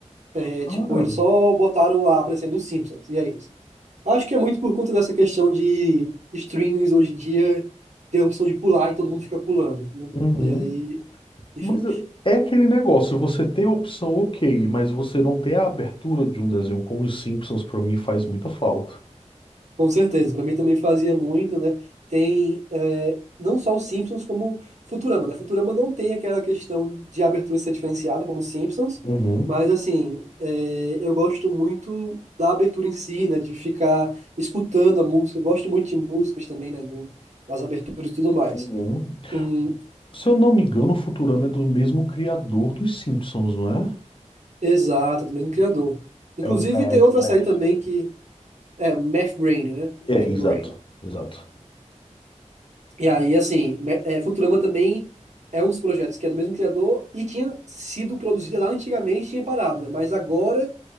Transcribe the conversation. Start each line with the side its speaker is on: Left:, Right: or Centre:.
Right: É,
Left: cara.
Right: tipo, eles só botaram lá aparecendo os Simpsons, e é isso. Acho que é muito por conta dessa questão de streamings hoje em dia ter a opção de pular e todo mundo fica pulando. né?
Left: Uhum.
Right: E aí, enfim.
Left: Mas é aquele negócio, você ter a opção, ok, mas você não ter a abertura de um desenho como os Simpsons, pra mim, faz muita falta.
Right: Com certeza, pra mim também fazia muito, né? Tem é, não só os Simpsons, como Futurama, né? Futurama não tem aquela questão de abertura ser diferenciada como os Simpsons,
Left: Uhum.
Right: mas assim, é, eu gosto muito da abertura em si, né? De ficar escutando a música, eu gosto muito de músicas também, né? do- das aberturas e tudo mais.
Left: Uhum.
Right: Hum,
Left: Se eu não me engano, o Futurama é do mesmo criador dos Simpsons, não é?
Right: exato, do mesmo criador. Inclusive,
Left: É o Matt
Right: tem outra
Left: Bethel.
Right: série também que é Math Brain, né? Math
Left: É,
Right: Brain.
Left: exato, exato.
Right: E aí, assim, me- é, Futurama também é um dos projetos que é do mesmo criador e tinha sido produzida lá antigamente, tinha parado, né? Mas agora